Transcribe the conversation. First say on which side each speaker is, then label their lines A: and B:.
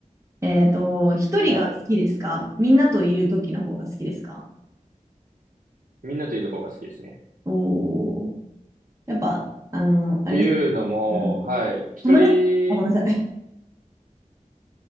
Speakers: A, on the right (about 20°); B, on the right (about 75°).
A: えっと、一人が好きですかみんなといる時の方が好きですか
B: はい。みんなといる方が好きですね。
A: おー。やっぱ、あの、
B: っていうのも、
A: あれです。うん。
B: はい、一人
A: 友達、あ、ごめんなさい。